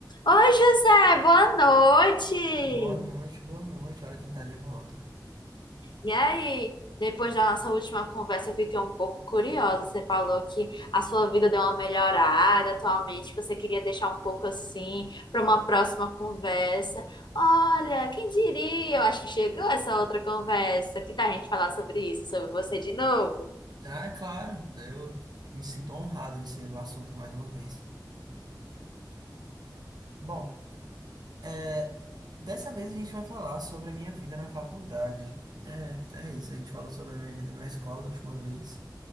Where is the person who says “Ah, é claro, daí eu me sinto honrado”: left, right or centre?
Right